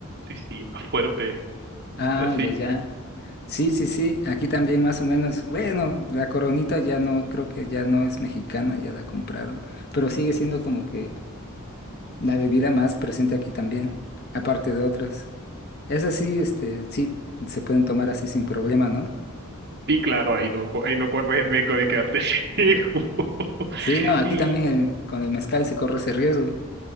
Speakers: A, on the right (about 50°); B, on the left (about 50°).
A: sí, sí, más fuerte,
B: Ah,
A: así,
B: ya, ya. Sí, sí, sí, aquí también más o menos. Bueno, la Coronita ya no, creo que ya no es mexicana, ya la compraron, pero sigue siendo como que la bebida más presente aquí también, aparte de otras. Esas sí, este, sí, se pueden tomar así sin problema, ¿no?
A: sí, claro, ahí no, ahí no corres el riesgo de quedarte ciego, <laughs>
B: Sí, no, aquí
A: y,
B: también el- con el mezcal se corre ese riesgo,